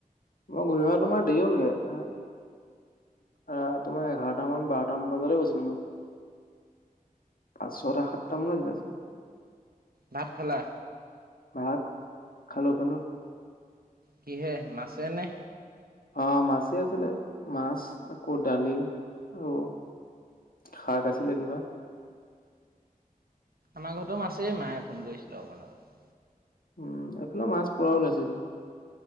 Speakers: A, on the left (about 70°); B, on the right (about 80°).
A: মই ঘূৰি অহা তোমাৰ দেৰি হ'লগে। আহ তোমাৰ এঘাৰটা মান বাৰটামান বজতে গৈছিলো মই। পাঁচ ছটা সাতটা মানত গৈছে।
B: ভাত খালা?
A: ভাত খালো খালো।
B: কিহে মাছেনে?
A: অ মাছেই আছিলে, মাছ আকৌ দালি আৰু শাক আছিলে কিবা,
B: আমাৰ ঘৰতো মাছেই, মায়ে ফোন কৰিছিলো অকণ আগত।
A: উম এইফালে মাছ পোৰা ওলাইছে যে,